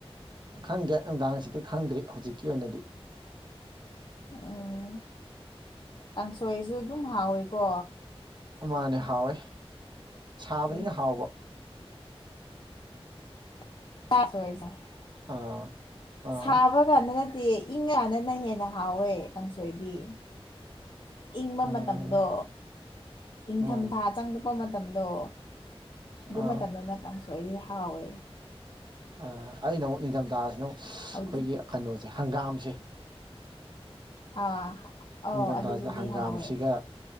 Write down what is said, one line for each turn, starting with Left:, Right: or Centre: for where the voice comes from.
Right: ꯈꯪꯗꯦ ꯅꯨꯡꯗꯥꯡꯁꯤꯗꯤ ꯈꯪꯗ꯭ꯔꯤ ꯍꯧꯖꯤꯛꯀꯤ ꯑꯣꯏꯅꯗꯤ
Left: ꯎꯝ ꯀꯥꯡꯁꯣꯏꯁꯨ ꯑꯗꯨꯝ ꯍꯥꯎꯋꯦꯀꯣ
Right: ꯑꯃꯅꯦ ꯍꯥꯎꯋꯦ ꯁꯥꯕꯅꯤꯅ
Left: ꯅꯨꯡꯇꯤꯒꯤ
Right: ꯍꯥꯎꯕ
Left: <unintelligible>
Right: ꯑꯥ ꯑꯥ
Left: ꯁꯥꯕ ꯀꯥꯟꯗ ꯅꯠꯇꯤꯌꯦ ꯏꯪꯉꯀꯥꯟꯗꯅ ꯍꯦꯟꯅ ꯍꯥꯎꯋꯦ ꯀꯥꯡꯁꯣꯏꯗꯤ ꯏꯪꯕ
Right: ꯎꯝ
Left: ꯃꯇꯝꯗꯣ ꯏꯪꯊꯝꯊꯥ
Right: ꯎꯝ
Left: ꯆꯪꯉꯛꯄ ꯃꯇꯝꯗꯣ ꯑꯗꯨ
Right: ꯑꯥ
Left: ꯃꯇꯝꯗꯅ ꯀꯥꯡꯁꯣꯏ ꯍꯥꯎꯋꯦ
Right: ꯑꯥ ꯑꯩꯅ ꯑꯃꯨꯛ ꯅꯤꯡꯊꯝꯊꯥꯁꯤꯅ ꯑꯃꯨꯛ ꯑꯩꯈꯣꯏꯒꯤ
Left: ꯍꯧꯖꯤꯛ
Right: ꯀꯩꯅꯣꯁꯦ ꯍꯪꯒꯥꯝꯁꯦ
Left: ꯑꯥ ꯑꯧ
Right: ꯅꯤꯡꯊꯝꯊꯥꯁꯤꯗ
Left: ꯑꯗꯨꯕꯨꯗꯤ
Right: ꯍꯪꯒꯥꯝꯁꯤꯒ
Left: ꯍꯥꯎꯋꯦ